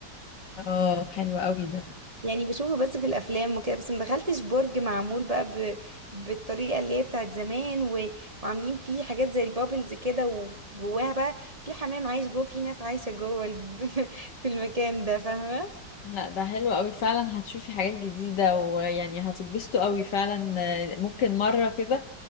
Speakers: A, on the left; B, on the right.
A: اه حلو قوي ده
B: يعني بشوفه بس في الافلام وكده بس ما دخلتش برج معمول بقى ب... بالطريقه اللي هي بتاعت زمان و... وعاملين فيه حاجات زي البابلز كده وجواها بقى في حمام عايش جوه في ناس عايشه جوه ال... <laughs> في المكان ده فاهمه
A: لا ده حلو قوي فعلا هتشوفي حاجات جديده ويعني هتتبسطوا قوي فعلا آه، ممكن مره كده